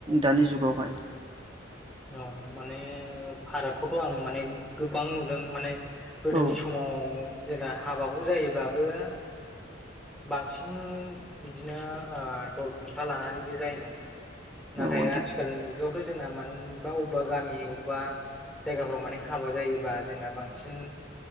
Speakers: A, on the right; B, in the centre.
A: दानि जुगावहाय
B: औ माने फारागखौथ' आं माने गोबां नुदों माने- गोदोनि
A: औ
B: समाव जेब्ला हाबाखौ जायोब्लाबो- बांसिन बिदिनो ओ दल फंखा लानानैबो जायोमोन। नाथाय
A: औ नोंथां
B: आथिखालनि मुगायावथ' जोंना मानेबा अबेबा-अबेबा गामि बबेबा। जायगाफ्राव माने हाबा जायोबा जोंना बांसि- सिन